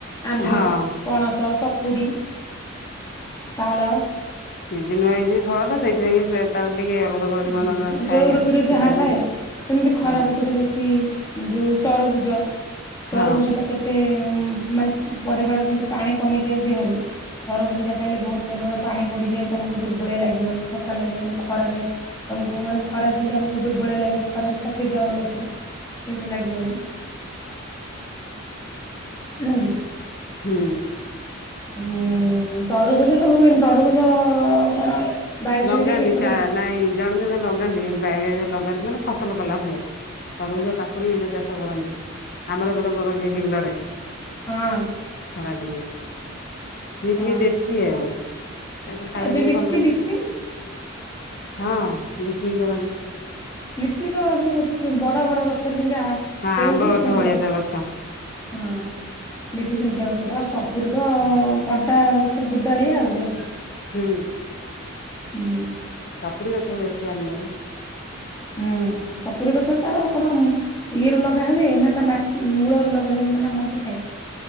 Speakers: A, on the left (about 15°); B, on the left (about 50°).
A: ଆମ୍ବ,
B: ହଁ।
A: ପଣସ, ସପୁରୀ। ତାଳ।
B: ସିଯିନି ୱାଇଜେ ଫଳତ ସେଇଥିପାଇଁ କି ତେ ତାର <unintelligible> ପରିମାଣର
A: ହଁ
B: ଥାଏ
A: ଯୋଉ ଋତୁରେ
B: ଆଉ
A: ଯାହା
B: ଭିଟାମିନ
A: ଥାଏ
B: ଆଉ।
A: ସେମିତି ଖରା
B: ହଁ
A: ଋତୁରେ ବେଶୀ ଯୋଉ ତରଭୁଜ
B: ହଁ
A: ତରଭୁଜ ଟା କେତେ ଉଁ ମାନେ ପରିମାଣରେ ଯେମିତି ପାଣି କମିଯାଏ ଦେହରୁ। ତରଭୁଜ ଟା ଖାଇଲେ ବହୁତ ପରିମାଣ ପାଣି ବଢିଯାଏ ତମକୁ ଦୁର୍ବଳିଆ ଲାଗିବନି ଥକା ଲାଗିବନି ଖରାରେ ତମକୁ ମାନେ ଖରାରେ ଯେମତି ଆମକୁ ଦୁର୍ବଳୀଆ ଲାଗେ ଖରାରେ ଥକି ଯାଅ ଲୋକ। ସେଟା ଲାଗିବନି ନା କି?
B: ହୁଁ।
A: ଉ ତରୁଭୁଜ ତ ହୁଏନି ତରଭୁଜ କଣ? ବାରିରେ
B: ଲଗାନ୍ତି
A: ବି ଏପଟେ
B: ଚା
A: ହଁ
B: ନାଇଁ ଜଣେ ଜଣେ ଲଗାନ୍ତି ବାଇରେ ଲଗାନ୍ତି ମାନେ ଫସଲ କଲା ଭଳିଆ ତରଭୁଜ, କାକୁଡି ଏମିତିଆ ଚାଷ କରନ୍ତି। ଆମର ଏପଟେ କରନ୍ତି ବିଲରେ
A: ହଁ
B: ଖରା ଦିନିଆ। ସେ
A: ହଁ
B: ଟିକେ ଦେଶୀ ଆଉ। ତା ସେ ଖାଇବାକୁ
A: ଆଉ ଯି
B: ବି
A: ଲିଚି
B: ଭଲ ଲାଗେ
A: ଲିଚି।
B: ହଁ ଲିଚି ବି କରନ୍ତି।
A: ଲିଚି ତ ଯୋଉ ବଡ ବଡ ଗଛରେ ଯେମିତ ଆ
B: ହଁ
A: ସେଉ
B: ଆମ୍ବ
A: ହୁଏ
B: ଗଛ
A: ସେନ୍ତିଆ
B: ଭଳିଆ ତା ଗଛ
A: ହଁ ଲିଚି ସେମତିଆ ଗଛରେ ଆଉ ସ ପୁରୀ ତ କଣ୍ଟା ଗଛ ବୁଦାଳିଆ ଆଉ ଲାଗେ।
B: ହୁଁ
A: ହୁଁ।
B: ସପୁରୀ ଗଛ ବି ଅଛି ଆମ ବାଇରେ।
A: ହୁଁ ସପୁରୀ ଗଛ ତାର କଣ ଇଏ ର ଲଗା ହୁଏ ନା ତା ମା ମୂଳରୁ ଲଗା ହୁଏ ମାନ ମଞ୍ଜି ଥାଏ।